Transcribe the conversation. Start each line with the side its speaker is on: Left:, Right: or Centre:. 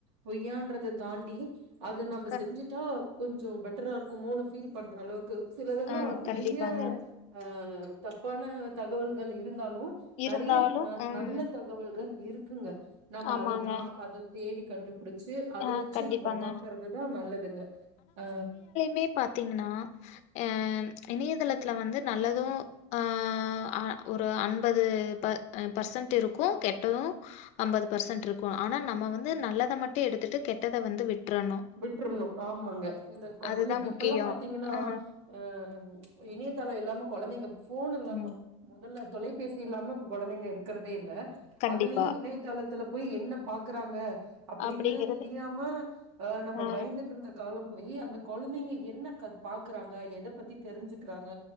Right: பொய்யான்றத தாண்டி அத நம்ம
Left: க
Right: செஞ்சுட்டா கொஞ்சோ பெட்டரா இருக்குமோனு ஃபீல் பண்றளவுக்கு சிலதெல்லா
Left: ஆ
Right: நெறைய
Left: கண்டிப்பாங்க.
Right: ஆ தப்பான தகவல்கள் இருந்தாலு
Left: இருந்தாலும்
Right: நெறைய ந
Left: ம்
Right: நல்ல த கவல்கள் இருக்குங்க நம்ம
Left: ஆமாங்க.
Right: அத தா அத தேடி கண்டுபுடிச்சு அத
Left: ஆ
Right: வெச்சி
Left: கண்டிப்பாங்க.
Right: நம்ம பாக்கறதுதா நல்லதுங்க ஆ
Left: மே பாத்தீங்ன்னா அ இணையதளத்துல வந்து நல்லதும் ஆ அ ஒரு அன்பது ப அ பர்சன்ட்ருக்கு கெட்டது அம்பது பர்சன்ட்ருக்கு ஆனா நம்ம வந்து நல்லத மட்டு எடுத்துட்டு கெட்டத வந்து விட்றணு
Right: விட்டுருணு ஆமாங்க இந்த கொழந்த
Left: அதுதான் முக்கியம்.
Right: இப்பல்லா பாத்தீங்கன்னா
Left: ஆ
Right: ஆ இணையதளோ இல்லாம கொழந்தைங்க ஃபோன் இல்லாம
Left: ம்
Right: மொதல்ல தொலைபேசி இல்லாம இப்ப கொழந்தைங்க இருக்கிறதே இல்ல
Left: கண்டிப்பா.
Right: அதுலியு இணையதளத்துல போய் என்ன பாக்குறாக அப்டீனு
Left: அப்படிங்கிறது
Right: தெரியாம அ நம்ம
Left: ஆ
Right: பயந்துட்ருந்த காலம் போயி அந்த கொழந்தைங்க என்ன க பாக்குறாங்க எத பத்தி தெரிஞ்சுக்கிறாங்க